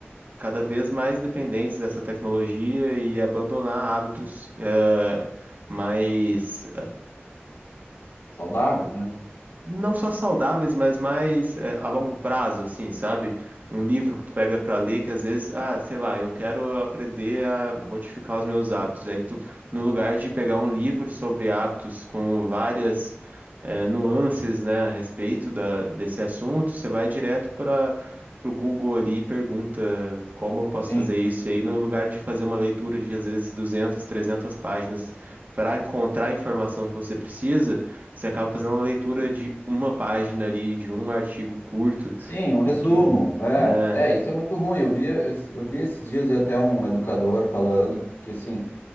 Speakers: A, on the right (about 45°); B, on the left (about 75°).
A: cada vez mais dependente dessa tecnologia e abandonar hábitos eh, mais
B: saudáveis, né?
A: não só saudáveis, mas mais é, a longo prazo, assim, sabe? Um livro que tu pega pra ler que às vezes, ah, sei lá, eu quero aprender a modificar os meus hábitos. Aí tu, no lugar de pegar um livro sobre hábitos com várias é, nuances, né, a respeito da, desse assunto, você vai direto para pro Google ali e pergunta como eu posso
B: Sim,
A: fazer isso. E aí, no lugar de fazer uma leitura de às vezes duzentas 300 páginas para encontrar a informação que você precisa você acaba fazendo uma leitura de uma página ali, de um artigo curto
B: sim, um resumo,
A: e que
B: é,
A: é
B: é, isso é muito ruim, eu vi, eu vi esses dias até um educador falando que, que assim,